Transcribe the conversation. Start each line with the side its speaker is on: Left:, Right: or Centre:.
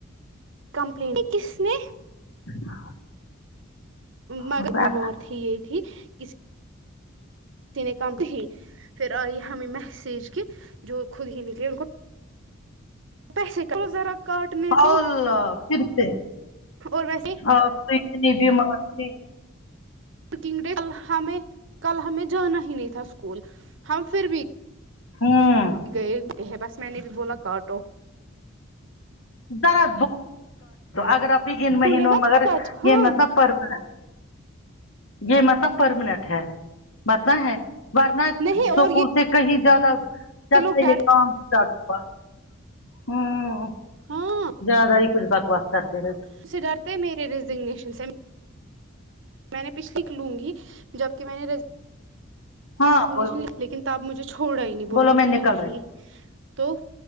Right: کمپلین کس نے
Left: <inaudible>
Right: مگر
Left: اچھا
Right: بیمار تھی یہی تھی کس <unintelligible> پھر آئی ہمیں میسج کے جو خود ہی نکلے ان کو پیسے کو ذرا کاٹنے دو
Left: اور پھر سے
Right: اور ویسے
Left: آپ تو اتنی بیمار تھی
Right: کنگ ڈے کل ہمیں کل ہمیں جانا ہی نہیں تھا اسکول ہم پھر بھی
Left: ہوں
Right: گئے ہے بس میں نے بھی بولا کاٹو
Left: <unintelligible> ذرا اگر آپنی ان
Right: انہوں
Left: مہینوں
Right: نے مت
Left: مگر
Right: سچ ہاں
Left: یہ مطلب پرمنینٹ یہ مطلب پرمنینٹ ہے متنا ہے ورنہ اسکول
Right: نہیں اور یہ
Left: سے کہیں زیادہ جب
Right: لوگ
Left: سے
Right: ڈر
Left: یہ کام اسٹارٹ ہوا ہوں
Right: ہاں
Left: زیادہ ہی کچھ بکواس کرتے رہتے
Right: اس سے ڈرتے ہے میرے ریزگنیشن سے میں نے پچھ لکھ لوں گی جبکہ میں نے
Left: ہاں
Right: رینیشن
Left: بولو
Right: لکھلی لیکن تو اب مجھے چھوڑا ہی نہیں بولا
Left: بولو
Right: نہیں
Left: میں نکل
Right: نہیں
Left: رہی ہوں
Right: تو